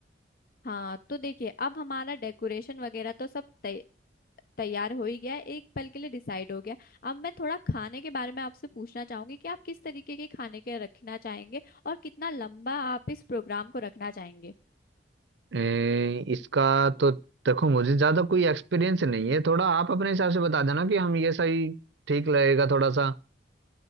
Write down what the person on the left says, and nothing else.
हाँ तो देखिए अब हमारा डेकोरेशन वगैरह तो सब तै- तैयार हो ही गया है एक पल के लिए डिसाइड हो गया अब मैं थोड़ा खाने के बारे में आपसे पूछना चाहूंगी कि आप किस तरीके के खाने के रखना चाहेंगे और कितना लंबा आप इस प्रोग्राम को रखना चाहेंगे